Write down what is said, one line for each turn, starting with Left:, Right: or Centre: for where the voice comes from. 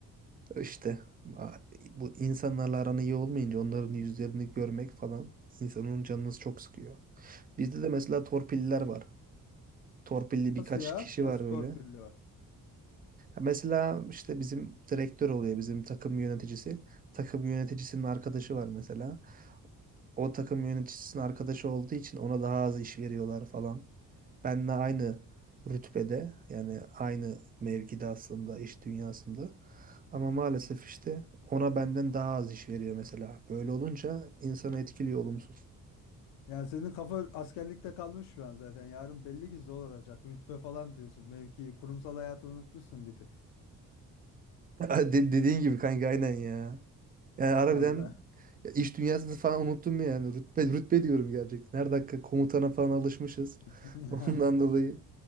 Right: İşte a- bu insanlarla aran iyi olmayınca onların yüzlerini görmek falan insanın canını çok sıkıyor. Bizde de mesela torpilliler var. Torpilli birkaç
Left: Nasıl ya?
Right: kişi
Left: Nasıl
Right: var böyle.
Left: torpilli var?
Right: Mesela işte bizim direktör oluyor bizim takım yöneticisi. Takım yöneticisinin arkadaşı var mesela. O takım yöneticisinin arkadaşı olduğu için ona daha az iş veriyorlar falan. Benle aynı rütbede yani aynı mevkide aslında iş dünyasında. Ama maalesef işte ona benden daha az iş veriyor mesela. Böyle
Left: <laughs>
Right: olunca insanı etkiliyor olumsuz.
Left: Yani senin kafa askerlikte kalmış şu an zaten. Yarın belli ki zor olacak. Rütbe falan diyorsun. Mevki, kurumsal hayatı unutmuşsun bir tık.
Right: <laughs> De- dediğin gibi kanka aynen ya. Yani harbiden
Left: Allah.
Right: ya iş dünyasını falan unuttum yani. Rütbe, rütbe diyorum gerçekten. Her dakika komutana falan alışmışız.
Left: <laughs>
Right: <laughs> Ondan dolayı